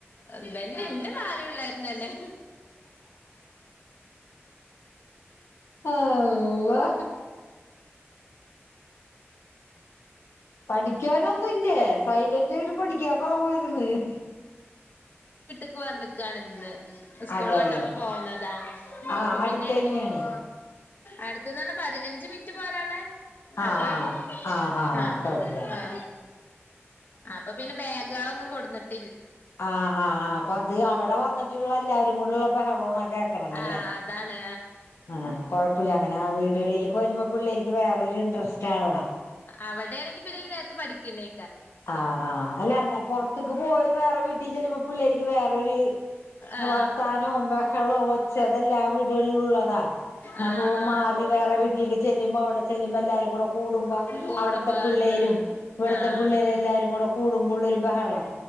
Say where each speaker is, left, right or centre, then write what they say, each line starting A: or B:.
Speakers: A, on the left (about 45°); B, on the left (about 75°).
A: എന്താന്നെ ന്റെ നാല് പിള്ളേരെന്നെ
B: അള്ളാ പഠിക്കാനൊന്നുല്ലേ സൈലന്റിടും പഠിക്കാ അപ്പറേ പോയിരുന്ന്
A: ക്ക് വന്നക്കാണ് ഇന്ന് ഉസ്കൂള്
B: അതെല്ലേ
A: വിട്ടപ്പോ പോന്നതാ
B: ആ
A: അപ്പൊ
B: അടുത്തന്നെയാണ്
A: പിന്നെ അടുത്ത്‌ന്ന് റ്ഞ്ഞാ പതിനഞ്ച് മിനിറ്റ് പോരാനോള്ളേ
B: ആ
A: അത്രേ ഒള്ളൂ
B: ആ ആ ആ
A: ആ
B: കുഴപ്പില്ല
A: ആ അപ്പൊ പിന്നെ ബാഗ് കളൊന്നും കൊണ്ടുന്നിട്ട്
B: ആ ആ ആ അപ്പൊ അത് അവ്ടെ വന്ന്ട്ടള്ളര് ല്ലാരും കൂട്ള്ള ബഹളമാണ് <unintelligible> കേക്ക്ണതല്ലെ
A: ആ അതാണ്
B: ആ കൊഴപ്പില്ല അങ്ങനാ വീട്കളിലേക്ക് വര്മ്പ പിള്ളേർക്ക് വേറൊരു ഇൻട്രസ്റ്റാണല്ലോ
A: അവടേണെങ്കി പിന്നെ ഈ നേരത്ത് പഠിക്കന്നേ
B: ആ ആ അല്ലാന്നെ പൊർത്ത്ക്ക് പോയി വേറെ വീട്ടി ചെല്ലുമ്പ പിള്ളേരിക്ക് വേറൊരു
A: ആ
B: വർത്താനും ബഹളും ഒ ചെ അതെല്ലാ വീട്കൾലുള്ളതാ നമ്മപ്പോ
A: ആ ആ
B: മാറി വേറെ വീട്ട്ലേക്ക് ചെല്ലുമ്പ അവിടെ ചെല്ലുമ്പ എല്ലാരും കൂടെ കൂട്മ്പ
A: കോടുംബാന്തന
B: അവടത്തെ പിള്ളേരും ഇവ്ടത്തെ
A: ആഹ്
B: പുള്ളേരെല്ലാരും കൂടെ കൂടുമ്പാെള്ളൊരു ബഹളം